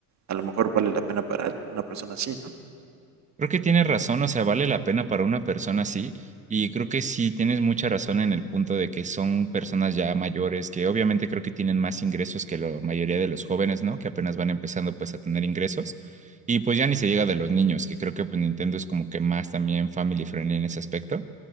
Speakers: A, on the right; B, on the right.
A: a lo mejor vale la pena para una persona así, ¿no?
B: Creo que tienes razón, o sea, vale la pena para una persona así, y creo que sí tienes mucha razón en el punto de que son personas ya mayores, que obviamente creo que tienen más ingresos que la mayoría de los jóvenes, ¿no? Que apenas van empezando pues a tener ingresos, y pues ya ni se diga de los niños, que creo que pues Nintendo es como que más también family friendly en ese aspecto,